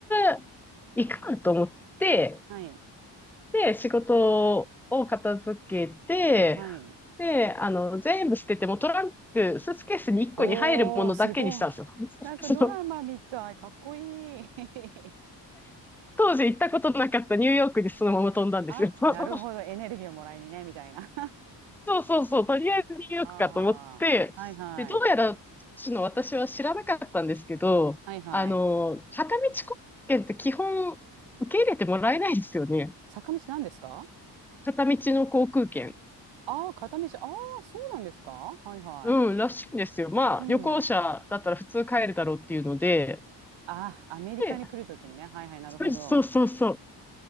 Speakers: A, in the centre; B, on the right.
A: えず行くかと思って、
B: はい。
A: で、仕事を片付けて、
B: はい。
A: で、あの、全部捨てて、もうトランク、スーツケースに1個に入るものだけにしたんですよ。
B: おー、すごい。
A: <laughs>
B: なんかドラマみたい。
A: その
B: かっこいい。<laughs>
A: 当時行ったことなかったニューヨークにそのまま飛んだんですよ。
B: あ、
A: <laughs>
B: なるほど。エネルギーをもらいにね、みたいな。<laughs>
A: そうそうそう、とりあえずニューヨークかと思って、
B: はあ。はいはい。
A: で、どうやら、その私は知らなかったんですけど、
B: はいはい。
A: あの、片道航空券って基本受け入れてもらえないですよね。
B: 坂道なんですか
A: 片道の航空券。
B: ああー、片道。ああ、そうなんですかはいはい。
A: うん、らしいんですよ。まあ、
B: うん。
A: 旅行者だったら普通帰るだろうっていうので、
B: ああ、アメリカに来るときにね。
A: で、
B: はいはい、なるほど。
A: そうそうそうそう。